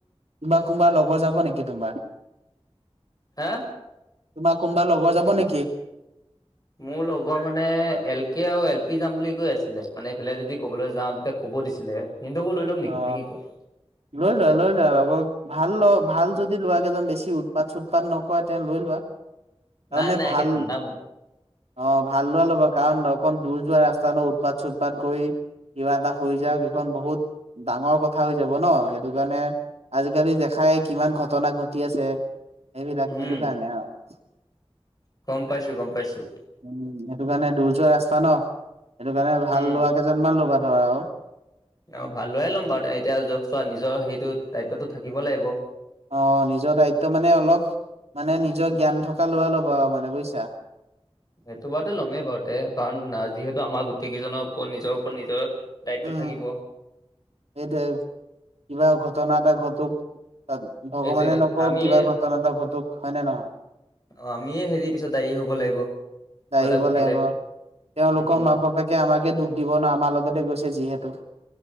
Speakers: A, on the right; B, on the left.
A: কোনোবা কোনোবা লগৰ যাব নেকি তোমাৰ?
B: হা
A: তোমাৰ কোনোবা লগৰ যাব নেকি?
B: মোৰ লগৰ মানে এল কে আৰু এল পি যাম বুলি কৈ আছিলে মানে এইফালে যদি ক'বলৈ যাওঁ তেতিয়া কব কব দিছিলে। সিহঁতকো লৈ ল'ম নেকি
A: অ
B: নে কি কোৱা
A: লৈ লোৱা লৈ লোৱা আবক ভাল ল ভাল যদি লোৱা কেইজন বেছি উৎপাত চুটপাত নকৰে তেনে লৈ লোৱা। তাৰমানে
B: নাই নাই
A: ভাল
B: একে ঠাণ্ডা মন
A: অ ভাল লোৱা ল'বা কাৰণ লগ খন দূৰ যোৱা ৰাস্তা ন উৎপাত চূটপাত কৰি, কিবা এটা হৈ যাওঁক সেইখন বহুত ডাঙৰ কথা হৈ যাব ন সেইটো কাৰণে আজিকালি দেখাই কিমান ঘটনা ঘটি আছে। এইবিলাক
B: উম
A: সেইটো কাৰণে অহ।
B: গম পাইছোঁ, গম পাইছোঁ।
A: উম! সেইটো কাৰণে দূৰ যোৱা ৰাস্তা ন, সেইটো কাৰণে ভাল
B: উম
A: লোৱা কেইজনমান ল'বা ধৰা আও।
B: অ ভাল লৰাইয়ে ল'ম বাৰু এতিয়া য চোৱা নিজৰ সেইটো দায়িত্বটো থাকিব লাগিব।
A: অ নিজৰ দায়িত্ব মানে অলপ মানে নিজৰ জ্ঞান থকা ল'ৰা লবা আৰু মানে বুজিছা।
B: সেইটো বাৰুতে ল'মেই বাৰুতে কাৰণ যিহেতু আমাৰ গোটেই কেইজনৰ ওপৰত নিজৰ ওপৰত নিজৰ দায়িত্ব
A: উম
B: থাকিব
A: এইটো কিবা ঘটনা এটা ঘটুক তাত ভগৱানে
B: সেইটোয়ে
A: নকওঁ
B: আমিয়ে
A: কিবা ঘটনা এটা ঘটুক হয় নে নহয়।
B: অ আমিয়ে হেৰি পিছত দায়ী হব লাগিব কিবা
A: দা়ৰিব
B: এটা ঘটিলে।
A: লাগিব তেওঁলোকৰ
B: উম
A: মাক বাপেকে আমাকে দুখ দিব ন, আমাৰ লগতে গৈছে যিহেতু।